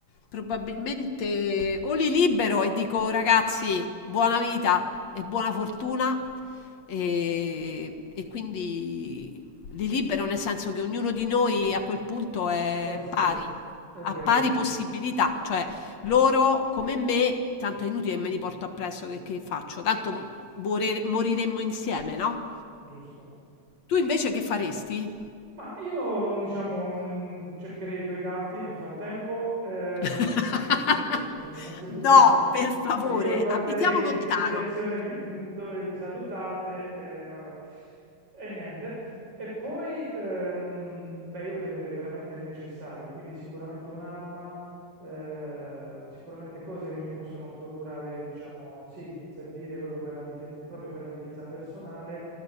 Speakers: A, on the left; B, on the right.
A: probabilmente o li libero e dico ragazzi, buona vita e buona fortuna e, e quindi li libero nel senso che ognuno di noi a quel punto è
B: eh, forse
A: pari,
B: sì, è vero,
A: ha pari possibilità, cioè loro, come me, tanto è inutile che me li porto appresso, che, che faccio? Tanto more- moriremmo insieme, no?
B: giusto.
A: Tu invece che faresti?
B: Ma io, mm, diciamo, mm, cercherei i tuoi gatti nel frattempo. ehm,
A: <laughs>
B: <laughs> scusami, non si butta
A: No,
B: niente.
A: per favore,
B: Cioè, io guarderei
A: abitiamo lontano.
B: in che direzione vi- mm, dove vi salutate, e vabbè, e niente. E poi, ehm, beh, io prenderei veramente il necessario, quindi sicuramente un'arma, eh, sicuramente cose che mi possono procurare, diciamo, sì, servire proprio per la difesa, proprio per la difesa personale